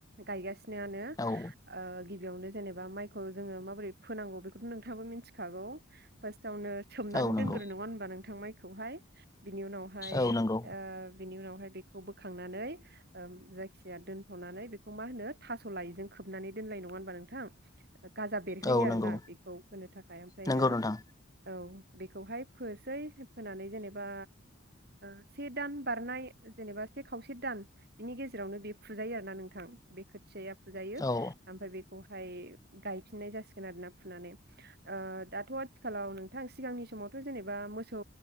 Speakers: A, on the right (about 50°); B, on the left (about 15°).
A: गायगा सिनानो
B: औ
A: ओ गिबियावनो जेनेबा माइखौ जोङो माबोरै फोनांगौ बेखौथ' नोंथाङाबो मिथिखागौ फार्स्ट सायावनो सोमनानै
B: औ नंगौ
A: दोनग्रो नङा होनोमबा नोंथां माइ खौहाय बिनि उनावहाय
B: औ नंगौ
A: आ बिनि उनावहाय बेखौ बोखांनानै ओम जायखिया दोनथ'नानै बेखौ मा होनो थास' लायिजों खोबनानै दोनलनाय नङा होनबा नोंथां गाजा बेरहोयो
B: औ नंगौ
A: आरो ना बेखौ होनो थाखाय ओमफ्रायो
B: नंगौ नोंथां
A: औ बेखौहाय फोसै फोनानै जेने बा ओ से दान बारनाय जेनेबा से खावसे दान बिनि गेजेरावनो बे फुजायो आरो ना नोंथां बे खोथिया फुजायो
B: औ
A: ओमफ्राय बेखौ ओमफ्राय गायफिननाय जासिगोन आरो ना फुनानै ओ दाथ' आथिखालाव नोंथां सिगांनि समावथ' जेनेबा मोसौ